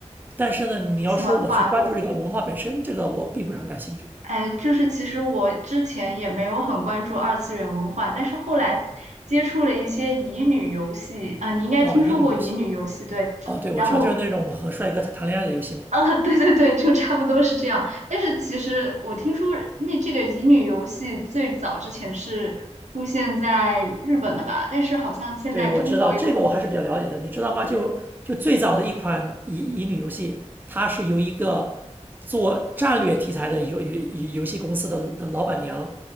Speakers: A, on the right; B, on the right.
A: 但是呢，你要说我去关注这个文化本身，
B: 你喜欢画风。
A: 这个我并不是很感兴趣。
B: 哎，就是其实我之前也没有很关注二次元文化，但是后来接触了一些乙女游戏啊，你应该听说过乙女游戏，
A: 哦，乙女游戏，
B: 对，
A: 哦，对，我知道，
B: 然后
A: 就是那种和帅哥谈恋爱的游戏嘛。
B: <laughs> 啊，对对对，就差不多是这样。但是其实我听说那这个乙女游戏最早之前是出现在日本的吧，但是好像现在中国有很多，
A: 对，我知道这个我还是比较了解的，你知道吗？
B: 对，
A: 就就最早的一款乙乙女游戏，它是由一个做战略题材的游游游游戏公司的的老板娘